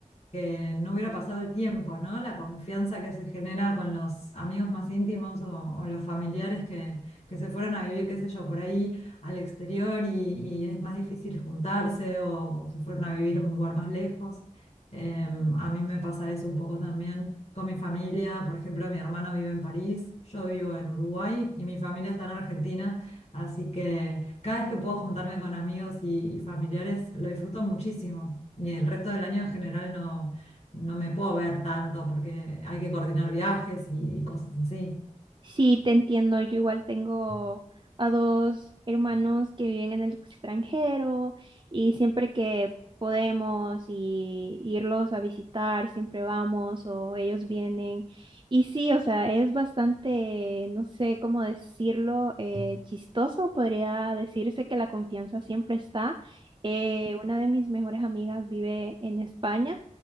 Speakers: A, on the left (about 55°); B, on the right (about 35°).
A: que no hubiera pasado el tiempo, ¿no? La confianza que se genera con los amigos más íntimos o, o los familiares que, que se fueron a vivir, qué sé yo, por ahí al exterior y, y es más difícil juntarse o se fueron a vivir a un lugar más lejos. Em, a mí me pasa eso un poco también con mi familia. Por ejemplo, mi hermano vive en París, yo vivo en Uruguay y mi familia está en Argentina. Así que cada vez que puedo juntarme con amigos y, y familiares lo disfruto muchísimo. Y el resto del año en general no, no me puedo ver tanto porque hay que coordinar viajes y, y cosas así.
B: Sí, te entiendo. Yo igual tengo a dos hermanos que viven en el extranjero y siempre que podemos y irlos a visitar, siempre vamos o ellos vienen. Y sí, o sea, es bastante, no sé cómo decirlo, eh, chistoso. Podría decirse que la confianza siempre está. Eh, una de mis mejores amigas vive en España.